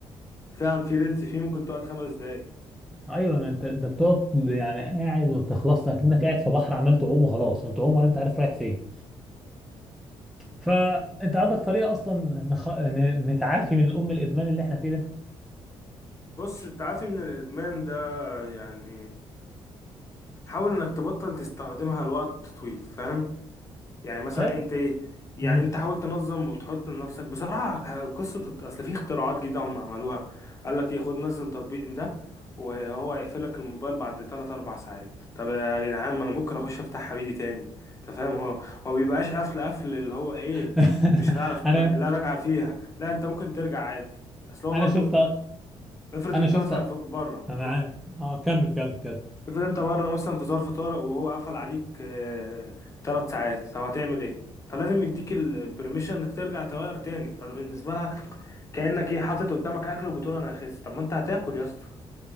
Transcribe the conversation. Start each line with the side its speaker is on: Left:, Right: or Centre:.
Left: فعلا في ريلز فيه ممكن تقعد خمس دقايق
Centre: ايوه ما انت ده بتقعد يعني قاعد ما بتخلصش اكنك قاعد في بحر عمال تعوم وخلاص انت تعوم ولا انت عارف رايح فين فانت عندك طريقه اصلا نخ... ن- نتعافي من الام الادمان اللي احنا فيه ده
Left: بص التعافي من الادمان ده يعني حاول انك تبطل تستخدمها لوقت طويل فاهم يعني مثلا
Centre: مش عارف
Left: انت ايه يعني
Centre: مم.
Left: انت حاول تنظم وتحط لنفسك بصراحه ه- قصه الت- اصل في اختراعات جديده هم عملوها قال لك ايه خد نزل التطبيق ده وهو يقفل لك الموبايل بعد 3 4 ساعات طب يا جدعان ما انا ممكن اخش افتح حبيبي تاني انت فاهم هو هو بيبقاش قفل قفل اللي هو ايه
Centre: <laughs>
Left: مش هتعرف تم-
Centre: انا
Left: لا راجعه فيها لا انت ممكن ترجع عادي اصل هو
Centre: انا
Left: برضو
Centre: شفت
Left: افرض
Centre: انا
Left: انت
Centre: شفت
Left: مثلا
Centre: انا
Left: في بره
Centre: معاك اه كمل كمل كمل
Left: افرض انت بره مثلا في ظرف طارئ وهو قفل عليك ثلاث ساعات طب هتعمل ايه فلازم يديك ال- البرميشن انك ترجع تغير تاني فبالنسبه لها كانك ايه حاطط قدامك اكل وبتقول انا هخس طب ما انت هتاكل يا اسطى